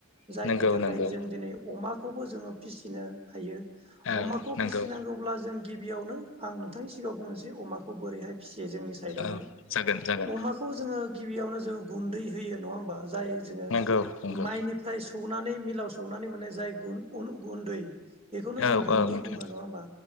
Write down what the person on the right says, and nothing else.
जायनि
थाखाय
जों दिनै अमा खौबो जोङो फिसिनो हायो
अमाखौ
फिसिनांगौब्ला जों गिबियावनो आं नोंथांनि सिगाङाव बुंनोसै अमाखौ बोरैहाय फिसियो जोंनि साइडावहाय
अमाखौ जोङो गिबियावनो जोङो गुन्दै होयो नङा होमबा? जाय जोङो
माइनिफ्राय सौनानै मिलाव सौनानै मोन्नाय जाय गुन उन गुन्दै बेखौनो
जों गुन्दै
बुङो नङा होमबा